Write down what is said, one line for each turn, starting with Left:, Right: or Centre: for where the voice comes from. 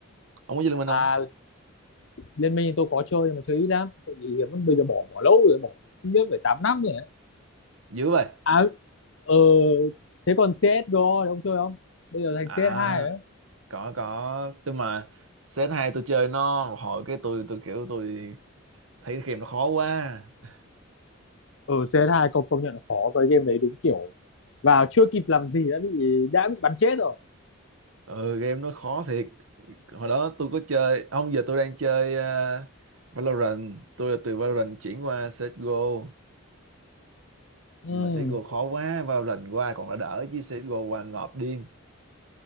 Right: Ông có chơi Liên Minh không?
Left: à Liên Minh thì tôi có chơi nhưng mà chơi ít lắm. Tại vì vẫn bây giờ bỏ bỏ lâu rồi, bỏ ít nhất phải 8 năm rồi. đấy.
Right: Dữ vậy.
Left: À ờ thế còn CS:GO thì ông chơi không? Bây giờ thành
Right: À,
Left: cs hai rồi đấy.
Right: có, có. Chứ mà set hai tôi chơi nó, một hồi cái tôi tôi kiểu tôi thấy game nó khó quá. <laughs>
Left: Ừ cs hai công công nhận là khó, cái game đấy đúng kiểu vào chưa kịp làm gì đã bị đã bị bắn chết rồi.
Right: Ừ, game nó khó thiệt. Hồi đó tôi có chơi, không giờ tôi đang chơi ờ, Valorant. Tôi là từ Valorant chuyển qua CSGO. nhưng
Left: Ừ.
Right: mà CSGO khó quá Valorant qua còn đã đỡ chứ CSGO qua ngợp điên